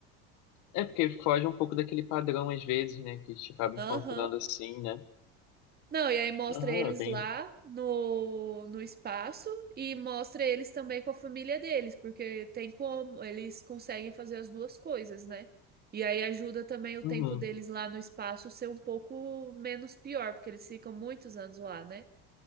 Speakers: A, on the left (about 70°); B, on the right (about 30°).
A: É porque foge um pouco daquele padrão, às vezes, né? Que a gente acaba
B: Aham.
A: encontrando assim, né?
B: Não, e aí mostra
A: Ah,
B: eles
A: é bem.
B: lá no, no espaço e mostra eles também com a família deles, porque tem como, eles conseguem fazer as duas coisas, né? E aí ajuda também o
A: Uhum.
B: tempo deles lá no espaço ser um pouco menos pior, porque eles ficam muitos anos lá, né?